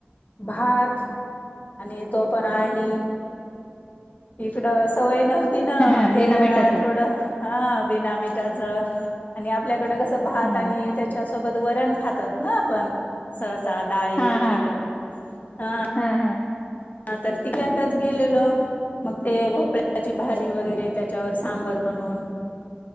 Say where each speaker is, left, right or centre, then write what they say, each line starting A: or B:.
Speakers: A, on the left (about 45°); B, on the left (about 30°).
A: भात आणि तो पण आणिणी इकड सवय नव्हती ना
B: हा,
A: मग ते
B: बिना
A: जरा
B: मिठाचा
A: थोडं हा बना मिठाच आणि आपल्याकडे कस भात
B: हा
A: आणि त्याच्या सोबत वरण खातात ना आपण सह ाळी
B: हा
A: कुठली
B: हा
A: पण ह
B: हा हा
A: हा तर तिकल्यांतच गेलेलो मग ते भोपळ्याची भाजी वगैरे त्याच्यावर सांबर म्हणून